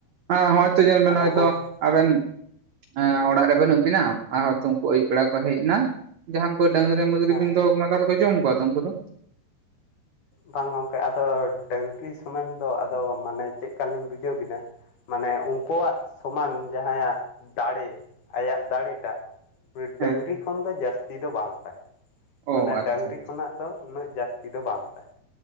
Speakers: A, on the right; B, on the left.
A: ᱦᱮᱸ ᱦᱚᱭᱛᱚ ᱧᱮᱞ ᱵᱮᱱ
B: ᱟᱫᱚ
A: ᱦᱚᱭᱛᱚ
B: ᱜᱚᱢᱠᱮ
A: ᱟᱵᱮᱱᱼᱼ ᱦᱮᱸ ᱚᱲᱟᱜ ᱨᱮ ᱵᱟᱱᱩᱜ ᱵᱤᱱᱟ ᱟᱨ ᱦᱚᱭᱛᱚ ᱩᱱᱠᱩ ᱟᱹᱭᱩᱵ ᱵᱮᱲᱟ ᱠᱚ ᱦᱮᱡ ᱱᱟ ᱡᱟᱦᱟᱱ ᱠᱚᱼᱼ ᱰᱟᱝᱨᱤ ᱢᱟᱹᱜᱽᱨᱤ
B: ᱦᱮᱸ
A: ᱵᱤᱱ ᱫᱚᱦᱚ ᱠᱚ ᱢᱟ ᱛᱟᱦᱚᱞᱮ ᱠᱚ ᱡᱚᱢ ᱠᱚᱣᱟ ᱛᱚ ᱩᱱᱠᱩ ᱫᱚ?
B: ᱵᱟᱝ ᱜᱚᱝᱠᱮ ᱟᱫᱚ ᱰᱟᱝᱨᱤ ᱥᱚᱢᱮᱱ ᱫᱚ ᱟᱫᱚ ᱢᱟᱱᱮ ᱪᱮᱫ ᱠᱟᱞᱤᱧ ᱵᱩᱡᱷᱟᱹᱣ ᱵᱤᱱᱟ᱾ ᱢᱟᱱᱮ ᱩᱱᱠᱩᱣᱟᱜ ᱥᱚᱢᱟᱱ ᱡᱟᱦᱟᱸᱭᱟᱜ ᱫᱟᱲᱮ ᱟᱭᱟᱜ ᱫᱟᱲᱮ ᱴᱟᱜᱼᱼ ᱩᱱᱤ
A: ᱦᱮᱸ
B: ᱰᱟᱹᱝᱨᱤ ᱠᱷᱚᱱ ᱫᱚ ᱡᱟᱹᱥᱛᱤ ᱫᱚ ᱵᱟᱝ ᱛᱟᱭ
A: ᱚ
B: ᱢᱟᱱᱮ
A: ᱟᱪᱪᱷᱟ
B: ᱰᱟᱹᱝᱨᱤ ᱠᱷᱚᱱᱟᱜᱼᱼ ᱫᱚ ᱩᱱᱟᱹᱜ ᱡᱟᱹᱥᱛᱤ ᱫᱚ ᱵᱟᱝ ᱛᱟᱭ᱾